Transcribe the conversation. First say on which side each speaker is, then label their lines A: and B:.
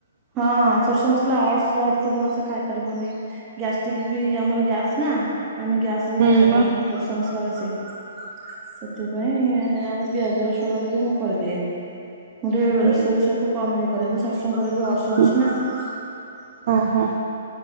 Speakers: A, on the right; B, on the right.
A: ହଁ ସୋରିଷ ମସଲା ଅର୍ସ ଯାହାର ଥିବ ସେ ଖାଇ ପାରିବନି। ଗ୍ୟାଷ୍ଟ୍ରିକ୍ ବି ଆମର ଗ୍ୟାସ ନା, ଆମେ ଗ୍ୟାସ ହେଇ
B: ହୁଁ
A: ଯାଏଁ ଖାଇ
B: ମ
A: ପାରୁନା ସୋରିଷ ମସଲା ବେଶୀ। ସେଥିପାଇଁ ଆମେ ପିଆଜ ରସୁଣ ରେ ବି ମୁଁ କରିଦିଏ। ମୁଁ ଟିକେ
B: ହୁଁ
A: ସୋରିଷ କୁ କମ୍ ଇଏ କରେ। ମୋ ଶାଶୁଙ୍କର ବି ଅର୍ଶ। ଅର୍ଶ
B: ହୁଁ
A: ଅଛି ନାଁ,
B: ଓହୋ।